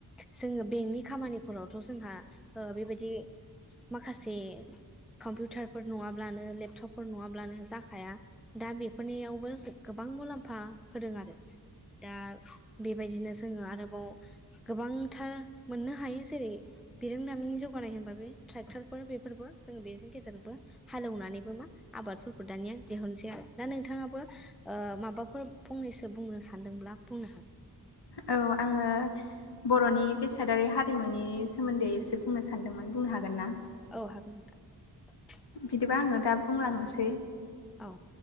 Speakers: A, in the centre; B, on the left (about 75°).
A: जोङो बेंकनि खामानिफोरावथ' जोंहा ओ बेबायदि माखासे कम्पिउटारफोर नङाब्लानो लेपटपफोर नङाब्लानो जाखाया दा बेफोरनियावबो गोबां गोबां मुलाम्फा होदों आरो दा बेबायदिनो जोङो आरोबाव गोबांथार मोननो हायो जेरै बिरोंदामिननि जौगानाय होनबा बे ट्रेक्टरफोर बेफोरबो जों बेजों गेजेरजोंबो हालेवनानैबो मा आबादफोरखौ दानिया दिहुनसै आरो। दा नोंथाङाबो ओ माबाफोर फंनैसो बुंनो सान्दोंब्ला बुंनो हागोन आरो।
B: औ आङो बर'नि बेसादारि हारिमुनि सोमोन्दै एसे बुंनो सानदोंमोन बुंनो हागोन ना?
A: औ <inaudible>
B: बिदिबा आङो दा बुंलांनोसै।
A: औ।